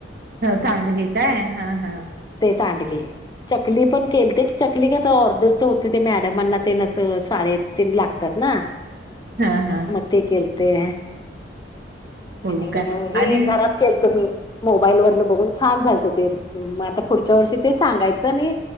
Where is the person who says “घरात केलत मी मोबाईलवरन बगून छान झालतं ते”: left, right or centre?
Left